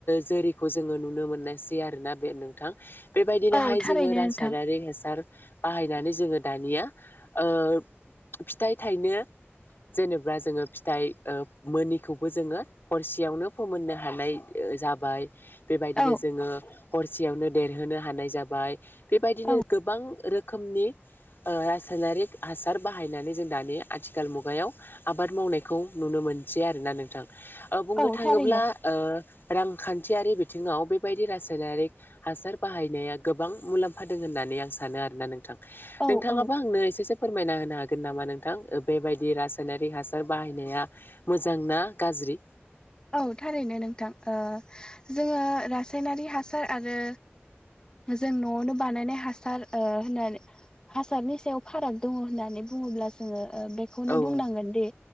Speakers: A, on the left; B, on the left.
A: जो रैखौ जोङो नुनो मोननायसै आरोना बे नोंथां बेबायदिनोहाय
B: औ थारैनो
A: जोङो रासायनारि
B: नोंथां
A: हासार बाहायनानै जोङो दानिया ओ फिथाइ थाइनो जेनेबा जोङो फिथाइ मोनिखौबो जोङो हरसेयावनो फोमोननो हानाय जा बाय। बेबायदिनो
B: औ
A: जोङो हरसेयावनो देरहोनो हानाय जाबाय बेबायदिनो
B: औ
A: गोबां रोख खोमनि रासायनारिक हासार बाहायनानै जों दानि आथिखाल मुगायाव आबाद मावनायखौ नुनो मोनसै आरोना नोंथां बुंनो
B: औ
A: थाङोब्ला
B: थारैनो
A: ओ रांखान्थियारि बिथिङाव बेबायदि रासायनारिक हासार बाहायनाया गोबां मुलाम्फा दों होनना नै आं सानो आरोना नोंथां।
B: औ
A: नोंथाङाबो
B: औ
A: आंनो एसेसो फोरमायना होनो हागोन नामा नोंथां बेबायदि रासा यनारि हासार बाहायनाया मोजांना गाज्रि।
B: औ थारैनो नोंथां ओ जोङो रासायनारि हासार आरो जों न'आवनो बानायनाय हासार ओ होननानै हासारनि सायाव फाराग दङ होननानै बुङोब्ला जोङो बेखौनो
A: औ औ
B: बुंनांगोन दि